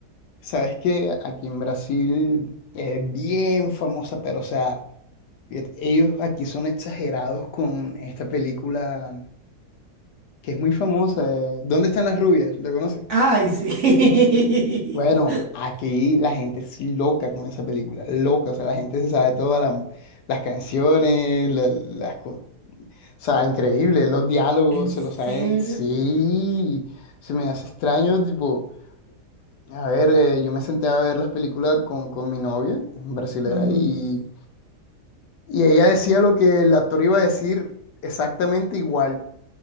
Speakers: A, on the left; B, on the right.
A: Sabes que aquí en Brasil es bien famosa, pero o sea, e- ellos aquí son exagerados con esta película que es muy famosa. eh, ¿Dónde están las rubias? ¿Lo conoces?
B: Ay, sí.
A: Bueno, aquí la gente es loca con esa película, loca, o sea, la gente se sabe todas la- las canciones, la- las, co- sea, increíble, los diálogos
B: <laughs> ¿En
A: se
B: serio?
A: lo saben. Sí, se me hace extraño, tipo, a ver, eh, yo me senté a ver las películas con, con mi novia, brasilera,
B: Ujú.
A: y, y ella decía lo que el actor iba a decir exactamente igual.